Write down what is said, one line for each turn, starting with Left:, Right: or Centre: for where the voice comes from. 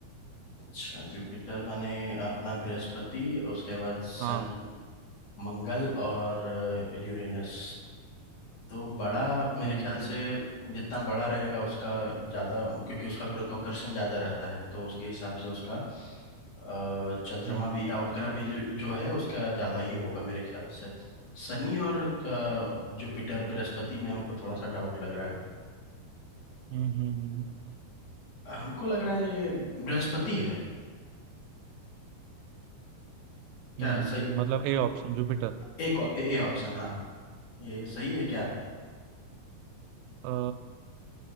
Left: अच्छा जुपिटर माने अपना बृहस्पति उसके बाद शनि
Right: हाँ
Left: मंगल और यूरेनस तो बड़ा मेरे
Right: हम्म
Left: ख्याल से जितना बड़ा रहेगा उसका ज्यादा क्योंकि उसका गुरुत्वाकर्षण ज्यादा रहता है तो उसके हिसाब से उसका अ, चंद्रमा
Right: हम्म
Left: भी या उपग्रह भी जो, जो है उसका ज्यादा ही होगा मेरे ख्याल से शनि और अ, जुपिटर बृहस्पति में हमको थोड़ा सा डाउट लग रहा है
Right: हम्म हम्म हम्म,
Left: अ, हमको लग रहा है ये बृहस्पति है क्या
Right: हम्म,
Left: सही
Right: मतलब ए ऑप्शन जुपिटर
Left: एक ए ऑप्शन हाँ ये सही है क्या
Right: अ